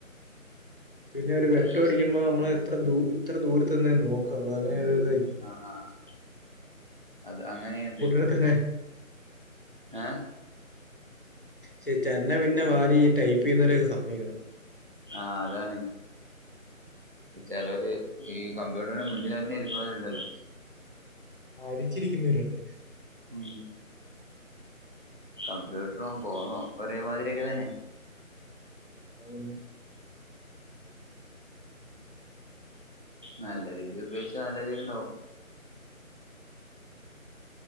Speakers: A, on the left; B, on the right.
A: പിന്നെ ഒരു വെട്ടോ
B: അത് യൂസ്
A: അടിക്കുമ്പോ നമ്മൾ എത്ര ദൂ ഇത്ര ദൂരത്തിന്നെ നോക്കള്ളു അങ്ങനെ ഒരുരിതല്ലേ
B: ആഹ് ആഹ് അത് അങ്ങനെയുണ്ട്
A: എത്രിനെ
B: ഏഹ്
A: ചേ ചന്ന പിന്നെ വാരിഈ ടൈപ്പ് ചെയ്യുന്നവരൊക്കെ സമ്മക്കണം
B: ആ അതാണ് ചിലര് ഈ കമ്പ്യൂട്ടറിന് മുന്നിലാന്നെ ഇരിക്കണോരുണ്ടല്ലോ
A: മരിച്ചിരിക്കുന്നവരുണ്ട്
B: ഉം കമ്പ്യൂട്രും ഫോണു ഒക്കെ ഒരേ മാതിരി ഒക്കെ തന്നെ
A: തെറ്റാ വരുന്നേ
B: നല്ല രീതി ഉപയോഗിച്ച നല്ല രീതി ഉണ്ടാവും